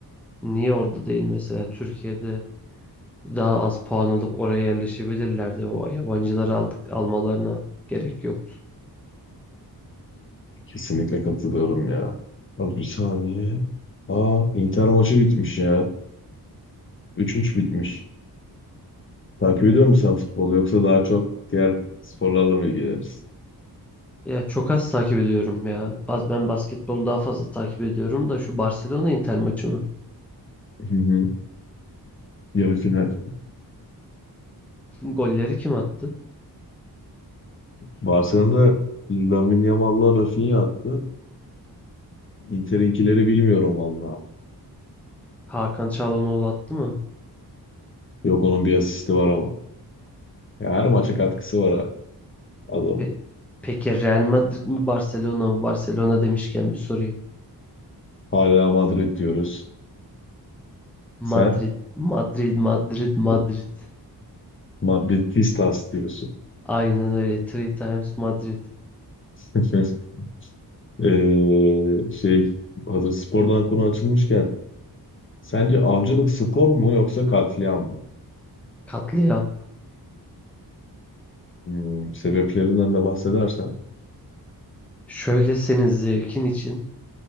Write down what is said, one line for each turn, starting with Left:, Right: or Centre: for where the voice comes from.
Centre: niye orada değil mesela Türkiye'de daha az puan alıp oraya yerleşebilirlerdi. O yabancıları aldık almalarına gerek yoktu.
Left: Kesinlikle katılıyorum ya. Az bir saniye. Aa, Inter maçı bitmiş ya. 3-3 bitmiş. Takip ediyor musun sen futbolu yoksa daha çok diğer sporlarla mı ilgileniyorsun?
Centre: Ya çok az takip ediyorum ya. Baz- Ben basketbolu daha fazla takip ediyorum da şu Barcelona Inter maçı mı?
Left: Hı hı. Yarı final.
Centre: <laughs> Golleri kim attı?
Left: Barcelona'da Lamine Yamal'la Rafinha attı. Inter'inkileri bilmiyorum valla.
Centre: Hakan Çalhanoğlu attı mı?
Left: Yok onun bir asisti var ama. Ya her maça katkısı
Centre: Ha,
Left: var ha adamın.
Centre: pe- peki Real Madrid mi Barcelona mı? Barcelona demişken bir sorayım.
Left: Hala Madrid diyoruz. Sen
Centre: Madrid, Madrid, Madrid, Madrid.
Left: Madridistas diyorsun.
Centre: Aynen öyle. Three times Madrid.
Left: <laughs> Ee, şey hazır spordan konu açılmışken sence avcılık spor mu yoksa katliam mı?
Centre: Katliam.
Left: Hmm, sebeplerinden de bahsedersen.
Centre: Şöyle senin zevkin için